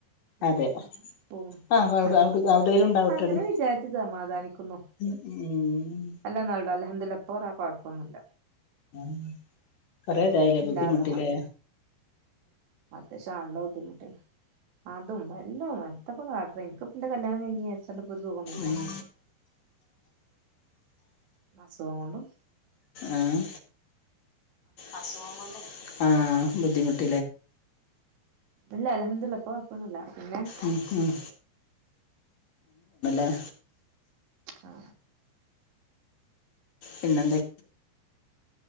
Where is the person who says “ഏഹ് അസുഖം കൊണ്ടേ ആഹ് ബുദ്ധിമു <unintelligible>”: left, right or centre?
Left